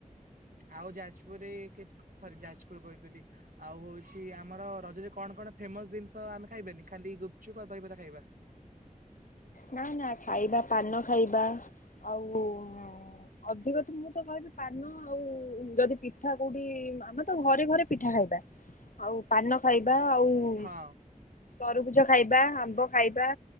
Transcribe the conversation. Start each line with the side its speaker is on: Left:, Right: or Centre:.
Right: ଆଉ ଯାଜପୁରରେ ସରି ଯାଜପୁର କହିଥିଲି? ଆଉ ହଉଛି ଆମର ରଜରେ କଣ କଣ ଫେମସ ଜିନିଷ ଆମେ ଖାଇବାନି ଖାଲି ଗୁପଚୁପ ଦହିବରା ଖାଇବା।
Left: ନା ନା ଖାଇବା ପାନ ଖାଇବା ଆଉ ଅଧିକ ତ ମୁଁ ତ କହିବି ପାନ ଆଉ ଯଦି ପିଠା କୋଉଠି ଆମେ ତ ଘରେ ଘରେ ପିଠା ଖାଇବା। ଆଉ ପାନ ଖାଇବା ଆଉ ହୁଁ
Right: ହଁ
Left: ତରଭୁଜ ଖାଇବା ଆମ୍ବ ଖାଇବା